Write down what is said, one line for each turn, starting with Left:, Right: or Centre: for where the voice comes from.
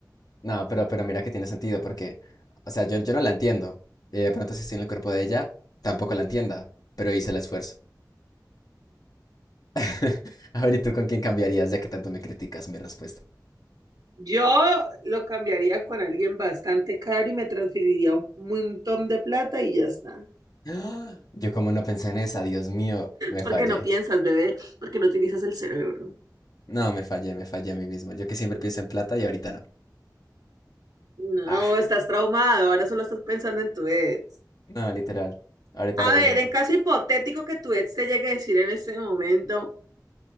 Left: no, pero, pero mira que tiene sentido, porque, o sea, yo, yo no la entiendo. Y de pronto, si estoy en el cuerpo de ella, tampoco la entienda, pero hice el esfuerzo. <laughs> A ver, ¿y tú con quién cambiarías, ya que tanto me criticas mi respuesta?
Right: Yo lo cambiaría con alguien bastante caro y me transferiría un montón de plata y ya está.
Left: ¡Ah! Yo, como no pensé en esa, Dios mío, me
Right: Porque
Left: fallé.
Right: no piensas, bebé, porque no utilizas el cerebro.
Left: No, me fallé, me fallé a mí mismo. Yo que siempre pienso en plata y ahorita no.
Right: No,
Left: Ah,
Right: estás traumado, ahora solo estás pensando en tu ex.
Left: no, literal. Ahorita
Right: A
Left: la voy
Right: ver,
Left: a llamar.
Right: en caso hipotético que tu ex te llegue a decir en este momento,